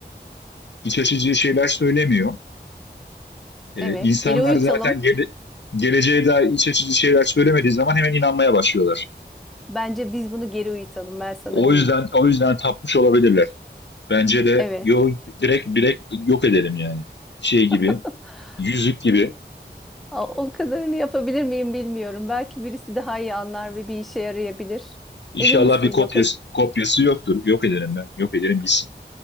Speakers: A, on the left; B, in the centre.
A: iç açıcı şeyler söylemiyor. E,
B: Evet,
A: insanlar
B: geri uyutalım.
A: zaten gele, geleceğe dair iç açıcı şeyler söylemediği zaman hemen inanmaya başlıyorlar.
B: Bence biz bunu geri uyutalım. Ben sana
A: O
B: diyeyim.
A: yüzden o yüzden tapmış olabilirler. Bence de
B: Evet.
A: yo, direkt direkt yok edelim yani. Şey gibi,
B: <laughs>
A: yüzük gibi.
B: A- O kadarını yapabilir miyim bilmiyorum. Belki birisi daha iyi anlar ve bir işe yarayabilir.
A: İnşallah
B: Emin misin?
A: bir kopyası
B: Yok et.
A: kopyası yoktur. Yok edelim ben. Yok ederim gitsin.